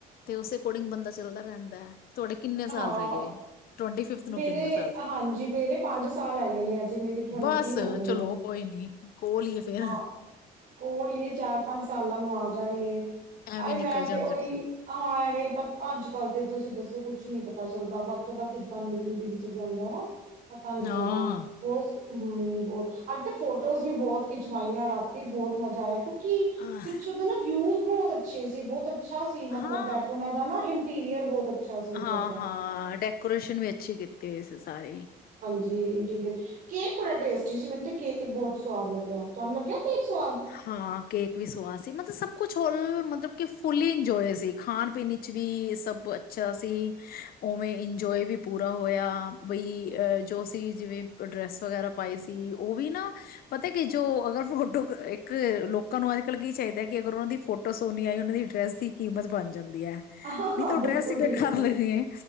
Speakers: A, on the left (about 60°); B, on the right (about 60°).
A: ਤੇ ਉਸੇ ਅਕੋਰਡਿੰਗ ਬੰਦਾ ਚੱਲਦਾ ਰਹਿੰਦਾ ਹੈ ਤੁਹਾਡੇ ਕਿੰਨੇ ਸਾਲ
B: ਹਾਂ
A: ਰਹਿ ਗਏ ਟਵੰਟੀ ਫਿਫਥ ਨੂੰ
B: ਮੇਰੇ
A: ਕਿੰਨੇ ਸਾਲ ਰਹਿ
B: ਹਾਂਜੀ
A: ਗਏ
B: ਮੇਰੇ ਪੰਜ ਸਾਲ ਹੈਗੇ ਨੇ ਅਜੇ ਮੇਰੀ ਟਵੰਟੀ
A: ਬਸ
B: ਹੋ ਗਏ
A: ਚਲੋ
B: ਆ
A: ਕੋਈ ਨੀ ਕੋਲ ਹੀ ਫੇਿਰ
B: ਹਾਂ ਕੋਲ ਹੀਏ ਚਾਰ ਪੰਜ ਸਾਲਾਂ ਨੂੰ ਆ ਜਾਣੀ
A: ਐਵੇਂ
B: ਅਰੇ ਮੈਂ
A: ਨਿਕਲ ਜਾਂਦਾ
B: ਤੇ ਉਹੀ
A: ਟਾਈਮ
B: ਹਾਂ ਐਵੇਂ ਪਤਾ ਅੱਜ ਕੱਲ ਤੇ ਤੁਸੀਂ ਦੱਸੋ ਕੁੱਝ ਕੁ ਨਹੀਂੀ ਪਤਾ ਚੱਲਦਾ ਵਕਤ ਦਾ ਕਿੱਦਾਂ ਮਿਲ ਦਿਲ ਚ ਜਾਂਦਾ ਹੈ ਪਤਾ ਨਹੀਂ ਚੱਲਦਾ
A: ਹਾਂ
B: ਬਹੁਤ ਹਮ ਬਹੁਤ ਅ ਤੇ ਫੋਟੋਜ਼ ਵੀ ਬਹੁਤ ਖਿਚਵਾਈਆਂ ਰਾਤੀ ਬਹੁਤ ਮਜ਼ਾ ਆਇਆ ਕਿਉ ਕਿ
A: ਆਹ,
B: ਪਿੱਛੋਂ ਦਾ ਨਾ ਵਿਊਜ ਬਹੁਤ ਅੱਛੇ ਸੀ ਬਹੁਤ ਅ ਅੱਛਾ ਸੀ ਮਤਲਬ
A: ਹਾਂ
B: ਬੈਕੂਨਾਂ ਦਾ ਨਾ ਇਟੀਰੀਅਰ ਬਹੁਤ ਅੱਛਾ ਸੀ ਉੱਧਰ
A: ਹਾਂ
B: ਦਾ
A: ਹਾਂ ਡੈਕੋਰੇਸ਼ਨ ਵੀ ਅੱਛੀ ਕੀਤੀ ਹੋਈ ਸੀ ਸਾਰੇ
B: ਜ ਇੰਅਰ ਕੇਕ ਬੜਾ ਟੇਸਟੀ ਸੀ ਮੈਨੂੰ ਤੇ ਕੇਕ ਬਹੁਤ ਸਵਾਦ ਲੱਗਿਆ ਤੁਹਾਨੂੰ ਲੱਗਿਆ ਕੇਕ ਸਵਾਦ
A: ਹਾਂ ਕੇਕ ਵੀ ਸਵਾਦ ਸੀ ਮਤਲਬ ਸਭ ਕੁਛ ਹੋ ਮਤਲਬ ਕਿ ਫੁਲੀ ਇੰਜੋਏ ਸੀ ਖਾਣ ਪੀਣ ਚ ਵੀ ਸਭ ਅੱਛਾ ਸੀ ਉਵੇਂ ਇੰਜੋਏ ਵੀ ਪੂਰਾ ਹੋਇਆ ਬਈ ਅ ਜੋ ਸੀ ਜਿਵੇਂ ਡਰੈਸ ਵਗੈਰਾ ਪਾਈ ਸੀ ਉਹ ਵੀ ਨਾ ਪਤਾ ਕਿ ਜੋ ਅਗਰ ਫੋਟੋ ਇੱਕ ਲੋਕਾਂ ਨੂੰ ਅੱਜ ਕੱਲ੍ਹ ਕੀ ਚਾਹੀਦਾ ਹੈ ਕਿ ਅਗਰ ਉਹਨਾਂ ਦੀ ਫੋਟੋ ਸੋਨੀ ਆਏ ਉਹਨਾਂ ਦੀ ਡਰੈਸ ਦੀ ਕੀਮਤ ਬਣ ਜਾ ਜਾਂਦੀ ਹੈ ਨਹੀਂ
B: ਹਾਂ ਹਾਂ
A: ਤਾਂ ਉਹ
B: ਬਿਲਕੁਲ
A: ਡਰੈਸ ਹੀ ਪ
B: ਠੀਕ
A: ਕਰ ਲੈਣੀ ਹੈ